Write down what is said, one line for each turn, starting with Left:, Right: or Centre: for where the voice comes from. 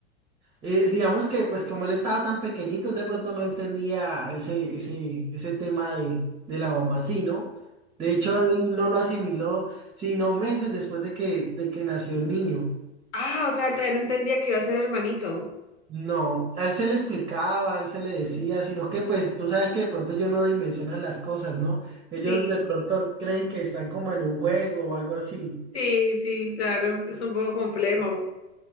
Right: Eh, digamos que, pues, como él estaba tan pequeñito, él de pronto no entendía ese, ese, ese tema de, de la mamá, sí, ¿no? De hecho, él no lo asimiló, sino meses después de que, de que nació el niño.
Left: Ah, o sea, él también entendía que iba a ser hermanito.
Right: No, a él se le explicaba, a él se le decía, sino que, pues, tú sabes que de pronto ellos no dimensionan las cosas, ¿no? Ellos
Left: sí,
Right: de pronto creen que están como en un juego o algo así.
Left: Sí, sí, claro, es un poco complejo.